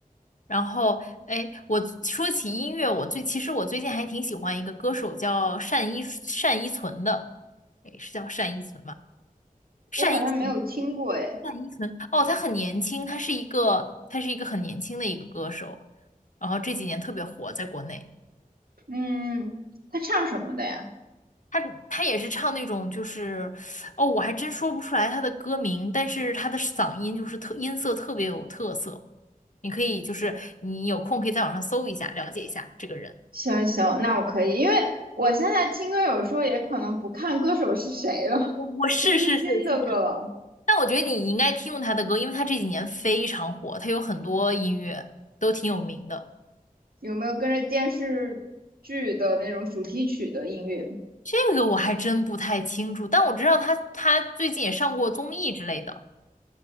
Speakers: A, on the left (about 60°); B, on the right (about 90°).
A: 然后哎，我说起音乐，我最其实我最近还挺喜欢一个歌手叫单依单依纯的，哎，是叫单依纯吗？
B: 我好像没有听过诶。
A: 单依纯，单依纯，哦，她很年轻，她是一个她是一个很年轻的一个歌手，然后这几年特别火，在国内。
B: 嗯，他唱什么的呀？
A: 他他也是唱那种就是，哦，我还真说不出来他的歌名，但是他的嗓音就是特音色特别有特色，你可以就是你有空可以在网上搜一下，了解一下这个人。
B: 行行，那我可以，因为我现在听歌有时候也可能不看歌手是谁了，
A: 我我是是是是这样，
B: <laughs> 最新的歌了。
A: 但我觉得你应该听过他的歌，因为他这几年非常火，他有很多音乐都挺有名的。
B: 有没有跟着电视剧的那种主题曲的音乐？
A: 这个我还真不太清楚，但我知道他他最近也上过综艺之类的，